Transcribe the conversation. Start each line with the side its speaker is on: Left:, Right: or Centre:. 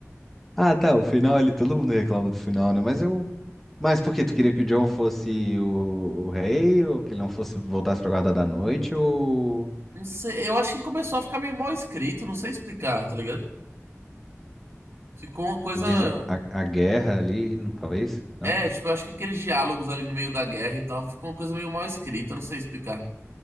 Centre: Ah, tá, o final ali, todo mundo reclama do final, né? Mas eu. Mas por quê? Tu queria que o Jon fosse o, o rei? Ou que ele não fosse voltasse pra Guarda da Noite? Ou.
Right: Não sei, eu acho que começou a ficar meio mal escrito, não sei explicar, tá ligado? Ficou uma coisa.
Centre: Tu diz a, a guerra ali, não- talvez? Não?
Right: É, tipo, eu acho que aqueles diálogos ali no meio da guerra e tal, ficou uma coisa meio mal escrita, não sei explicar.